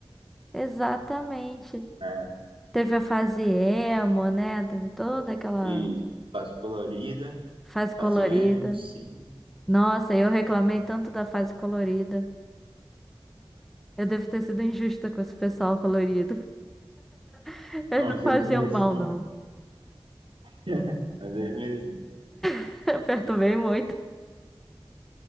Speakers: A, in the centre; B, on the right (about 70°).
A: Exatamente.
B: É,
A: Teve a fase emo, né? Teve toda aquela
B: e fase colorida,
A: fase
B: fase
A: colorida.
B: emo, sim.
A: Nossa, eu reclamei tanto da fase colorida. Eu devo ter sido injusta com esse pessoal colorido. <laughs> Eles
B: Não,
A: não
B: mas
A: faziam
B: eles mereciam.
A: mal, não.
B: <laughs> Mas eles mereciam.
A: <laughs> Eu perturbei muito.